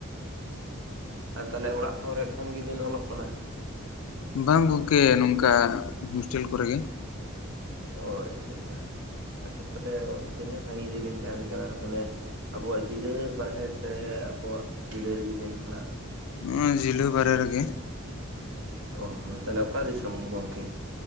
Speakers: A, on the right; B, on the left.
A: ᱟᱨ ᱛᱟᱦᱚᱸᱞᱮ ᱚᱲᱟᱜ ᱠᱚᱨᱮ ᱠᱷᱚᱱ ᱜᱮ ᱵᱤᱱ ᱚᱞᱚᱜ ᱠᱟᱱᱟ?
B: ᱵᱟᱝ ᱜᱚᱝᱠᱮ ᱱᱚᱝᱠᱟ ᱦᱳᱥᱴᱮᱞ ᱠᱚᱨᱮ ᱜᱮ ᱾
A: ᱚ ᱟᱪᱪᱷᱟ ᱟᱪᱪᱷᱟ ᱟᱪᱪᱷᱟ, ᱛᱟᱦᱞᱮ ᱛᱤᱱᱟᱹᱜ ᱥᱟ, ᱜᱤᱧ ᱨᱮᱵᱤᱱ ᱛᱟᱦᱮᱱ ᱠᱟᱱᱟ? ᱢᱟᱹᱱᱮ᱾ ᱟᱵᱚᱣᱟᱜ ᱡᱮᱞᱟᱹ ᱵᱟᱨᱦᱮ ᱥᱮ ᱟᱵᱚᱣᱟᱜ ᱡᱮᱞᱟᱹ ᱨᱮᱜᱮ ᱵᱮᱱ ᱯᱟᱲᱟᱜᱼᱼ
B: ᱱᱚᱣᱟ ᱡᱤᱞᱟᱹ ᱵᱟᱨᱮ ᱨᱮ ᱜᱮ᱾
A: ᱚ ᱦᱚᱸ ᱛᱟᱦᱞᱮ ᱚᱠᱟ ᱫᱤᱥᱚᱢ ᱜᱚᱝᱠᱮ?